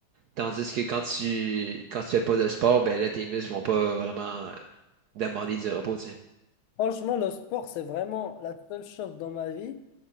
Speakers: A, on the right (about 75°); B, on the left (about 80°).
A: Tandis que quand tu, quand tu fais pas de sport, ben là, tes muscles vont pas vraiment demander du repos, tu sais.
B: Franchement, le sport, c'est vraiment la seule chose dans ma vie.